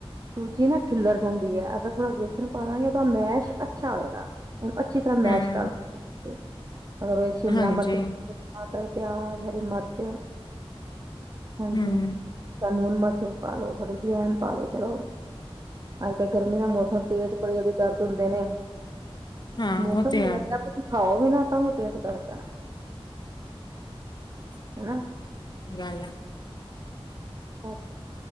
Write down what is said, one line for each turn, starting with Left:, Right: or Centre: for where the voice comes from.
Right: ਸੂਜੀ ਨਾ ਖਿਲਰ ਜਾਂਦੀ ਐ। ਅਗਰ ਥੋੜਾ ਵੇਸਣ ਪਾ ਦਾਂਗੇ ਓਦਾ ਮੈਸ਼ ਅੱਛਾ ਹੋਏਗਾ। ਔਰ ਅੱਛੀ ਤਰਾ ਮੈਸ਼
Left: ਹਮ
Right: ਕਰਦਾ ਗੇ ਅਗਰ ਸ਼ਿਮਲਾ
Left: ਹਾਂਜੀ
Right: ਮਰਚ। ਟਮਾਟਰ, ਪੇਆਜ, ਹਰੀ ਮਰਚ। ਹਾਂਜੀ।
Left: ਹਮ
Right: ਥੋੜਾ ਨੂਣ, ਮਿਰਚ ਪਾਲੋ ਥੋੜੀ ਜਵੈਨ ਪਾਲੋ ਚਲੋ, ਅੱਜ- ਕੱਲ ਗਰਮੀ ਦਾ ਮੌਸਮ ਪੇਟ ਭਰੇਆ ਦੇ ਦਰਦ ਹੁੰਦੇ ਨੇ,
Left: ਹਾਂ
Right: ਮੌਸਮ
Left: ਉਹ ਤੇ ਹੈ
Right: ਈ ਐਸਾ ਖਾਓ ਵੀ ਨਾ, ਤਾਂ ਵੀ ਪੇਟ ਦਰਦ ਐ, ਹੈਨਾ।
Left: <unintelligible>
Right: ਬਸ